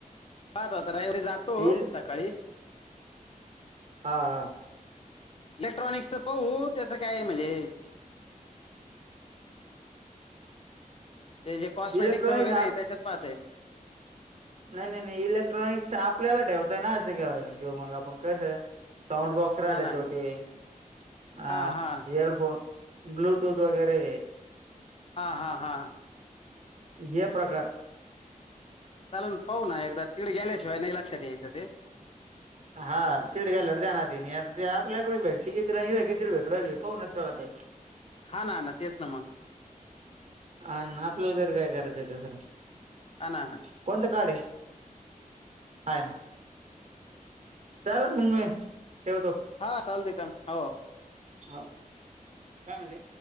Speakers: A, on the left; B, on the right.
A: पाहतता रविवारी जातो
B: इल
A: सकाळी.
B: हा हा.
A: इलेक्ट्रॉनिक्सचं पाहू त्याचं काय आहे म्हणजे ते जे कॉस्मेटिकच
B: इलेक्ट्रॉनिक्स
A: वगैरे त्याच्यात पाह आहे.
B: नाही नाही नाही इलेक्ट्रॉनिक् आपल्याला ठेवताय ना अस घेऊ मग आपण कसं आहे साऊंड बॉक्स अक्षरध
A: हा ना
B: छोटे अ
A: हा हा
B: एअडफोन ब्लूटूथ वगैरे
A: हा हा हा.
B: हे प्रकार.
A: चालून पाहू ना एकदा तिकडे गेल्याशिवाय नाही लक्षात यायचं ते.
B: हा तिड घ्यायला त्या ना ते आपल्याकडे भेट घेतील आणि हड घेतील भेटली पाहूनच क- <inaudible>
A: हा ना ना तेच ना मग.
B: अ आपल्याला घरी काय करायचं आहे दुसरं.
A: हा ना ना
B: कोणतं काडे आहे काय. चालेल मग मी ठेवतो.
A: हा चालते का हो.
B: हो कामली